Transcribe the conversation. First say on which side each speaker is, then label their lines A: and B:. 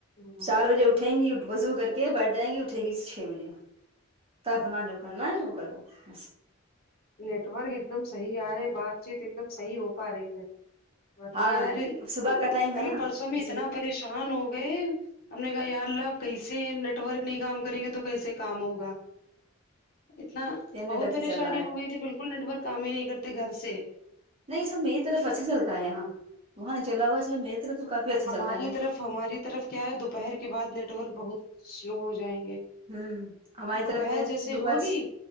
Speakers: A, on the left; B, on the right.
A: ہاں
B: چار بجے اٹھیں گی وضو کر کے بیٹھ جائیں گی اٹھیں گی چھ بجے تو اپنا جو کرنا ہے وہ کر بس
A: نیٹورک ایک دم صحیح آ رہے بات چیت ایک دم صحیح ہو پا رہی ہے ورنہ
B: ہاں
A: یار
B: صبح کا ٹائم
A: کل
B: ہے نا
A: پرسوں میں
B: اس
A: اتنا
B: لیے
A: پریشان ہو گئے ہم نے کہا یا اللہ اب کیسے نیٹ ورک نہیں کام کریں گے تو کیسے کام ہوگا اتنا
B: انٹرنیٹ
A: بہت
B: اچھا
A: پریشانی
B: چل رہا ہے
A: ہو گئی تھی بالکل نیٹورک کام ہی نہیں کرتے گھر سے
B: نہیں سب میری طرف اچھا چلتا ہے یہاں وہاں نہیں چلارہ ہوگا میری طرف تو کافی اچھا چلتا
A: ہماری
B: ہے نیٹ
A: طرف ہماری طرف کیا ہے دوپہر کے بعد نیٹ ورک بہت سلو ہو جائیں گے
B: ہوں ہماری
A: دوپہر
B: طرف ہے
A: جیسے ہی
B: دوپہر
A: ہوگی